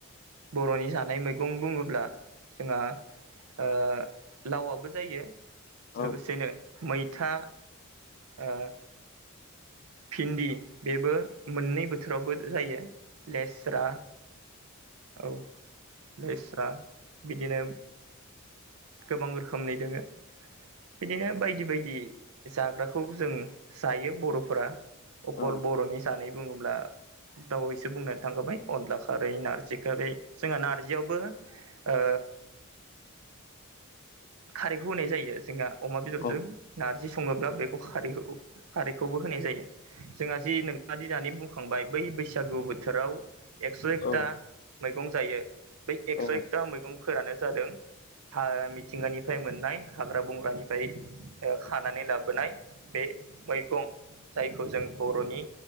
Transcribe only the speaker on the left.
औ
औ
औ
औ
औ